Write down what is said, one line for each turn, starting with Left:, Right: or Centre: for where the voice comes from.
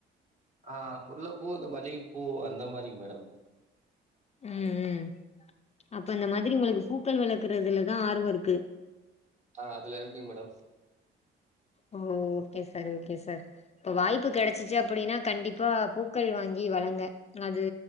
Right: அஹ முல்லப்பூ இந்த மல்லிகைப்பூ அந்த மாரிங்க மேடம்
Left: ம்ம் அப்ப அது மாதிரி உங்களுக்கு பூக்கள் வளக்குறதுலதான் ஆர்வம் இருக்கு
Right: ஹ் அதுல இருக்குங்க மேடம்
Left: ஓ ஓகே சார் ஓகே சார் இப்ப வாய்ப்பு கிடைச்சிச்சு அப்படின்னா கண்டிப்பா பூக்கள் வாங்கி வழங்க இது